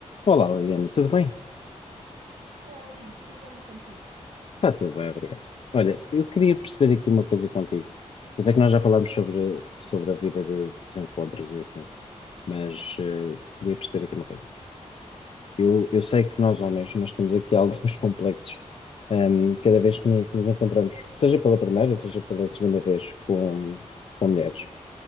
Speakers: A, on the left; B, on the right.
A: Olá, Liliana, tudo bem?
B: Olá, Luís, tudo bem contigo?
A: Está tudo bem, obrigado. Olha, eu queria perceber aqui uma coisa contigo. Eu sei que nós já falámos sobre, sobre a vida de- dos encontros e assim, mas eh, queria perceber aqui uma coisa. Eu, eu sei que nós, homens, nós temos aqui <laughs> alguns complexos ehm, cada vez que nos, nos encontramos, seja pela primeira, seja pela segunda vez com, com mulheres.